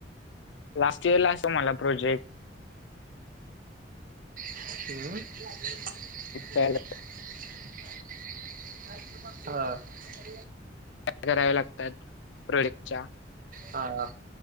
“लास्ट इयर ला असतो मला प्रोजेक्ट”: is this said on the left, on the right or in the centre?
Left